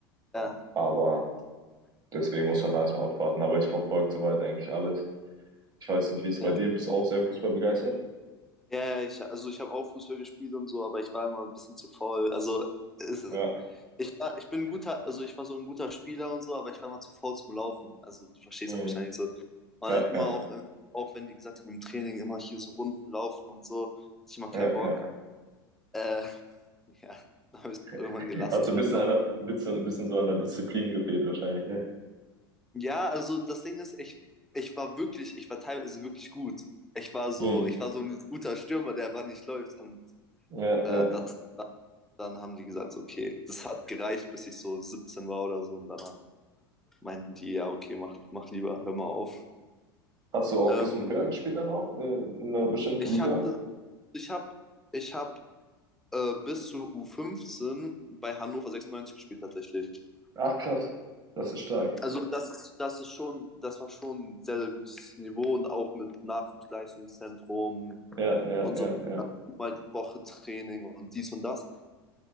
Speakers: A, in the centre; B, on the right (about 30°).
A: ja.
B: aber deswegen muss man da erstmal abwarten. Aber ich verfolge soweit eigentlich alles. Ich weiß nicht, wie es
A: Ja,
B: bei dir bist, du auch sehr fußballbegeistert.
A: ja, ja, ich, also ich habe auch Fußball gespielt und so, aber ich war immer ein bisschen zu faul. Also es,
B: Ja.
A: ich war, ich bin ein guter, also ich war so ein guter Spieler und so, aber ich war immer zu faul zum Laufen. Also du verstehst
B: Mhm.
A: das wahrscheinlich so. Und
B: Ja,
A: dann immer
B: ja,
A: auch, äh, auch wenn die gesagt haben, im Training immer hier so Runden laufen und so, hatte ich immer keinen
B: ja,
A: Bock.
B: ja.
A: Äh, <laughs> ja, dann habe ich es irgendwann
B: <laughs>
A: gelassen
B: Hat so
A: einfach.
B: ein bisschen, an der, ein bisschen, ein bisschen so an der Disziplin gefehlt wahrscheinlich, ne?
A: Ja, also das Ding ist, ich, ich war wirklich, ich war teilweise wirklich gut. Ich war so,
B: Mhm.
A: ich war so ein guter Stürmer, der aber nicht läuft. Und
B: Ja,
A: äh,
B: ja.
A: das, dann haben die gesagt, so, okay, das hat gereicht, bis ich so 17 war oder so. Und danach meinten die, ja, okay, mach, mach lieber, hör mal auf.
B: Hast du auch
A: Ähm,
B: ein bisschen höher gespielt dann auch äh, in einer bestimmten
A: ich
B: Liga?
A: hatte, ich hab, ich hab äh, bis zur U15 bei Hannover 96 gespielt tatsächlich.
B: Ach krass, das ist stark.
A: Also das ist, das ist schon, das war schon ein sehr, sehr gutes Niveau und auch mit Nachwuchsleistungszentrum,
B: Ja, ja,
A: und
B: ja,
A: so
B: ja.
A: mal die Woche Training und dies und das.